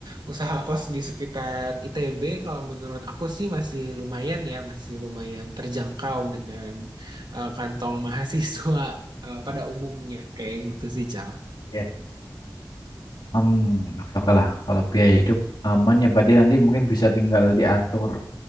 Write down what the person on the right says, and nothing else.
usaha kos di sekitar ITB kalau menurut aku sih masih lumayan ya, masih lumayan terjangkau dengan eh, kantong mahasiswa eh, pada umumnya kayak gitu sih, Ja.